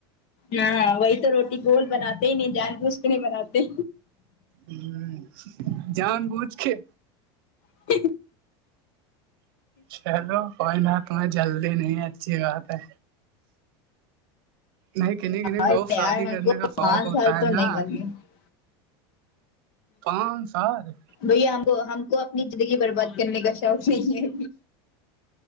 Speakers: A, on the left (about 45°); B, on the right (about 60°).
A: یاں وہی تو روٹی گول بناتے نہیں جان بوجھ کے نہیں بناتے
B: ام جان بوج کے
A: <inaudible>
B: چلو کوئی نہ تمہیں جلدی نہیں ہیں اچھی بات ہے نہیں کنی کنی
A: اور
B: بہت شادی
A: یار ہم
B: کرنے
A: کو
B: کا شوق
A: پانچ
B: ہوتا
A: سال
B: ہے
A: تو نہیں
B: نا
A: کرنی
B: پانچ سال
A: بھیا ہم کو ہم کو اپنی زندگی برباد کرنے کا شوق نہیں ہے